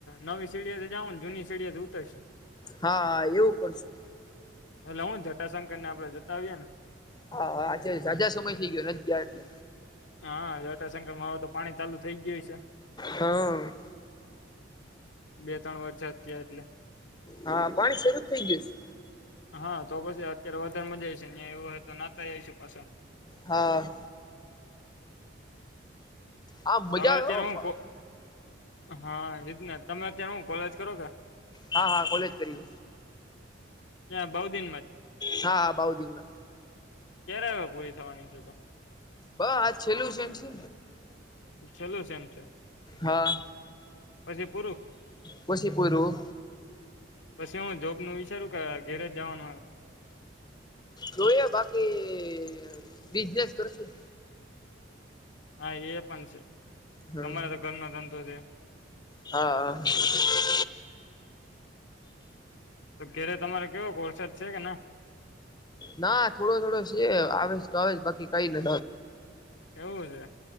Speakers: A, on the left; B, on the left.
A: નવી સીડીએથી જ જાાવું ને જૂની સીડીથી ઉતરશું.
B: હા હા એવું કરશું.
A: એલે હું જટાશંકર ને આપડ જતા આવીએ ને.
B: હા હા આચે સાદા સમય થઈ ગયો નથી ગયા એટલે.
A: હા જતાંસંકમાં હોવે તો પાણી ચાલુ થઈ ગયું હશે.
B: હા
A: બે ત્રણ વર્ષયા એટલે
B: હા પાણી શરૂ જ થઇ ગયું છે.
A: હા તો પછી અત્યારે વધારે મજા આવીશે ત્યાં એવું હોય તો નાતા આવીશું પાછા.
B: હા. હા મજા
A: તમે અત્યારે
B: આવે હો
A: હું હા એ તમે અત્યારે હું કોલેજ કરો કે
B: હા હા કોલેજ કરી.
A: હા બહુ દિનમાં
B: હા હા બઉુ દિનમાં
A: ક્યારે હવે પૂરી થવાની છે તો
B: બહ આજ છેલ્લું છે સેમ છે.
A: છેલ્લું સેમ છે.
B: હા
A: પછી પૂરું
B: પછી પૂરું.
A: પછ એવું જોબ ન વિચારું કે ઘેરે જ જવાનું હોય?
B: જોયા બાકી બિઝનેસ કરશું
A: હા એ પણ છે
B: હમ
A: તમારે તો ઘરનો ધંધો છે.
B: હા હા.
A: તો ઘરે તમારે કેવો કોરસાદ છે કે ના?
B: ના થોડો થોડો છે આવે તો આવે બાકી કઈ ને
A: એવું છે